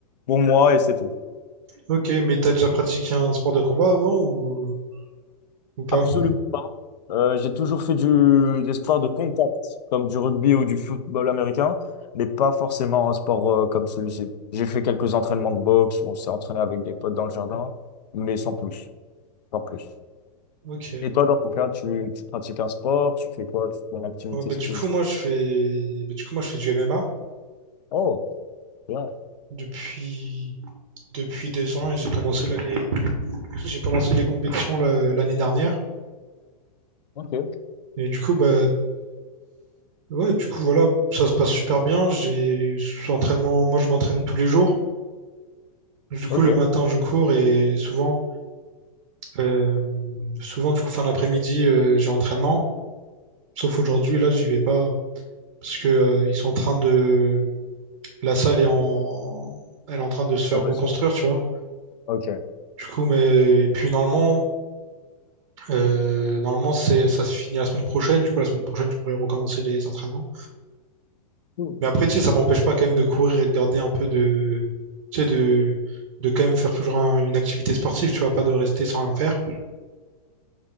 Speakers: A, on the left; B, on the right.
A: pour moi et c'est tout.
B: Ok, mais t'as déjà pratiqué un sport de combat avant ou, ou pas?
A: Absolument pas. Euh, j'ai toujours fait du, des sports de contact, comme du rugby ou du football américain, mais pas forcément un sport euh, comme celui-ci. J'ai fait quelques entraînements de boxe, on s'est entraîné avec des potes dans le jardin, mais sans plus, sans plus.
B: Ok.
A: Et toi, dans ton cas, tu, tu pratiques un sport, tu fais quoi? Tu fais une activité
B: Ouais, bah, du
A: physique?
B: coup moi je fais bah, du coup moi je fais du MMA
A: Oh, bien.
B: depuis depuis deux ans et j'ai commencé là les j'ai commencé les compétitions le- l'année dernière
A: Ok,
B: et du coup bah ouais du coup voilà ça se passe super bien j'ai entraînement moi je m'entraîne tous les jours du coup
A: ok.
B: le matin je cours et souvent euh, souvent du coup fin d'après-midi euh, j'ai entraînement sauf aujourd'hui là j'y vais pas parce que euh, ils sont en train de la salle est en elle est en train de se faire
A: Ah bah,
B: reconstruire
A: sûr.
B: tu vois
A: Ok.
B: du coup mais et puis normalement Euh, normalement, c'est, ça se finit la semaine prochaine. Du coup, la semaine prochaine, je pourrais recommencer les entraînements.
A: Cool.
B: Mais après, tu sais, ça m'empêche pas quand même de courir et de garder un peu de, tu sais, de, de quand même faire toujours un- une activité sportive. Tu vois, pas de rester sans rien faire.